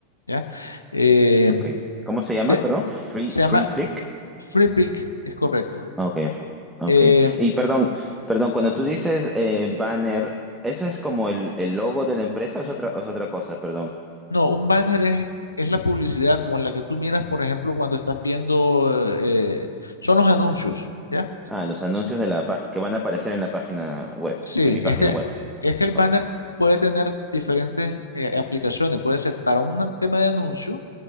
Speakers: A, on the left; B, in the centre.
A: ¿ya? Eh,
B: ok. ¿Cómo se llama?
A: de-
B: Perdón, Free,
A: se
B: Free
A: llama
B: Pick.
A: FreePic, es correcto.
B: Ok, ok.
A: Eh,
B: Y perdón, perdón, cuando tú dices eh, banner, ¿eso es como el, el logo de la empresa o es otra, o es otra cosa? Perdón.
A: No, un banner es, es la publicidad como la que tú miras, por ejemplo, cuando estás viendo, eh, son los anuncios, ¿ya?
B: Ah, los anuncios de la página que van a aparecer en la página web,
A: Sí,
B: en mi
A: es
B: página
A: que,
B: web.
A: es que el
B: Ok,
A: banner puede tener diferentes eh, aplicaciones, puede ser para un tema de anuncio